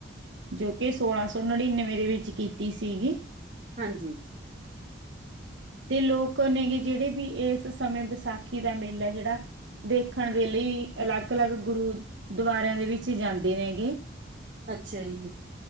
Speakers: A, on the right; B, on the right.
A: ਜੋ ਕਿ ਸੋਲਾਂ ਸੌ ਨੜਿਨਵੇਂ ਦੇ ਵਿੱਚ ਕੀਤੀ ਸੀਗੀ।
B: ਹਾਂਜੀ।
A: ਤੇ ਲੋਕ ਨੇਗੇ ਜਿਹੜੇ ਵੀ ਏਸ ਸਮੇਂ ਵਿਸਾਖੀ ਦਾ ਮੇਲਾ ਜਿਹੜਾ ਦੇਖਣ ਦੇ ਲਈ ਅਲੱਗ ਅਲੱਗ ਗੁਰੂਦੁਆਰਿਆਂ ਦੇ ਵਿੱਚ ਜਾਂਦੇ ਨੇਗੇ।
B: ਅੱਛਾ ਜੀ।